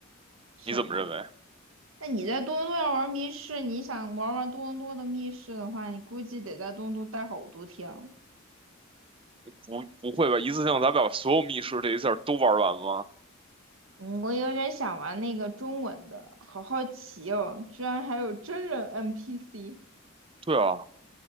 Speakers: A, on the right; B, on the right.
A: 什么啊？
B: 你怎么认为？
A: 那你在多伦多要玩密室，你想玩玩多伦多的密室的话，你估计得在多伦多待好多天哦
B: 不，不会吧？一次性咱把所有密室这一下都玩完吗？
A: 嗯，我有点想玩那个中文的，好好奇哦，居然还有真人 NPC。
B: 对啊，